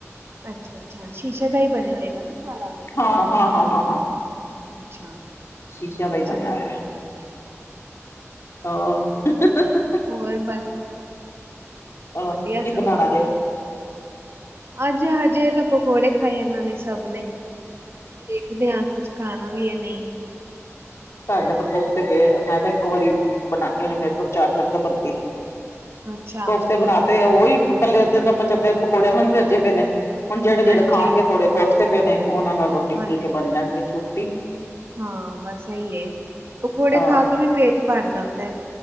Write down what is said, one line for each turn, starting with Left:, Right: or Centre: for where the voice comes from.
Right: ਅੱਛਾ-ਅੱਛਾ ਸ਼ੀਸ਼ੇ ਦਾ ਹੀ ਬਣਿਆ ਹੋਏਗਾ ਨਾ ਸਾਰਾ
Left: ਹਾਂ-ਹਾਂ-ਹਾਂ-ਹਾਂ
Right: ਅੱਛਾ,
Left: ਸ਼ੀਸ਼ਿਆਂ ਦਾ ਹੀ
Right: ਚਲੋ
Left: ਬਣਿਆ ਹੋਇਆ।
Right: ਵਧੀਆ ਗੱਲ ਏ।
Left: ਆ <inaudible>
Right: ਹੋਰ ਬਸ
Left: ਅ
Right: ਵਧੀਆ
Left: ਕੀ
Right: ਸਭ।
Left: ਬਣਾਂਣਾ ਜੇ
Right: ਅੱਜ ਹਜੇ ਤਾਂ ਪਕੌੜੇ ਖਾਏ ਇਹਨਾਂ ਨੇ ਸਭ ਨੇ ਹੁਣ ਦੇਖਦੇ ਹਾਂ ਕੁੱਛ ਖਾਣਾ ਵੀ ਹੈ ਨਹੀਂ
Left: ਸਾਡੇ ਤਾਂ ਕੋਫਤੇ ਪਏ ਆ ਮੈਂ ਤਾਂ ਇੱਕ ਵਾਰੀ ਬਣਾਣੀ ਹੁਣੀ ਮੇਰੇ ਤੋਂ ਚਾਰ -ਚਾਰ ਤਾਂ ਬਣਦੀ ਨਹੀਂ।
Right: ਅੱਛਾ,
Left: ਕੋਫਤੇ ਬਣਾ ਤੇ ਉਹੀ ਪੱਲੇ ਅੱਧੇ ਤੇ ਪੱਚਧੇ ਪਕੌੜੇ ਨਾਲ ਰਜੇ ਪਏ ਨੇ। ਹੁਣ ਜਿਹੜੇ- ਜਿਹੜੇ
Right: ਹਾਂਜੀ।
Left: ਖਾਣਗੇ ਥੋੜੇ ਕੋਫਤੇ ਪਏ ਨੇ ਉਹਨਾਂ ਨਾਲ ਰੋਟੀ
Right: ਹਾਂਜੀ,
Left: ਫੁੱਲਕੇ ਬਣ ਜਾਣਗੇ ਛੁੱਟੀ
Right: ਹਾਂ ਬਸ ਇਹੀ ਪਕੌੜੇ
Left: ਹਾਂ
Right: ਖਾ ਕੇ ਵੀ ਪੇਟ ਭਰ ਜਾਂਦਾ।